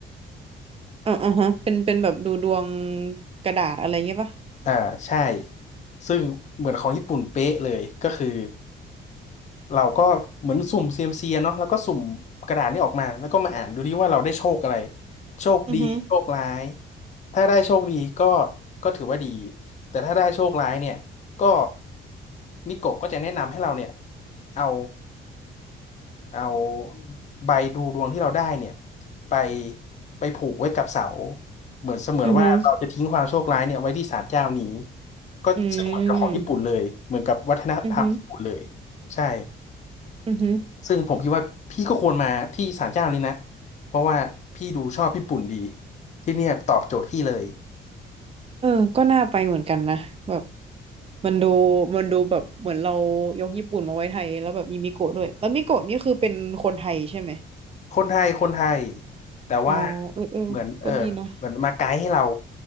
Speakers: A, on the right; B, on the left.
A: อ๋ออ่าฮะเป็นเป็นแบบดูดวงกระดาษอะไรเงี้ยปะ
B: อ่าใช่ซึ่งเหมือนของญี่ปุ่นเป๊ะเลยก็คือเราก็เหมือนสุ่มเซียมซีเนาะแล้วก็สุ่มกระดาษนี่ออกมาแล้วก็มาอ่านดูดิว่าเราได้โชคอะไรโชคดีโชคร้าย
A: อือฮึ
B: ถ้าได้โชคดีก็ก็ถือว่าดีแต่ถ้าได้โชคร้ายเนี่ยก็มิโกะก็จะแนะนำให้เราเนี่ยเอา เอาใบดูดวงที่เราได้เนี่ยไปไปผูกไว้กับเสาเหมือนเสมือนว่าเราจะทิ้งความโชคร้ายเนี่ยไว้ที่ศาลเจ้านี้
A: อือฮึ
B: ก็ซึ่งเหมือนกับของญี่ปุ่นเลยเหมือนกับวัฒนธรรมญี่ปุ่นเลย
A: อืมอือฮึ
B: ใช่
A: อือฮึ
B: ซึ่งผมคิดว่าพี่ก็ควรมาที่ศาลเจ้านี้นะเพราะว่าพี่ดูชอบญี่ปุ่นดีที่เนี่ยตอบโจทย์พี่เลย
A: เออก็น่าไปเหมือนกันนะแบบ มันดูมันดูแบบเหมือนเรายกญี่ปุ่นมาไว้ไทยแล้วแบบมีมิโกะด้วยแล้วมิโกะนี่คือเป็นคนไทยใช่ไหม
B: คนไทยคนไทยแต่ว่า
A: อ๋อเออเออก็ดีนะ
B: เหมือนเออเหมือนมาไกด์ให้เรา